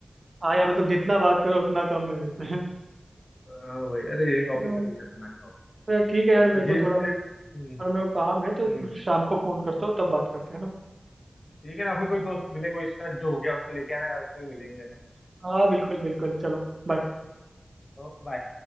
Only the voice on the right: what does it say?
हाँ यार मतलब जितना बात करो उतना कम है वैसे <laughs>
हाँ,
तो यार ठीक है यार मेरे
को
थोड़ा
थोड़ा
मेरे को काम है तो
शाम को फोन करता हूँ तब बात करते हैं ना
हाँ बिल्कुल बिल्कुल चलो बाय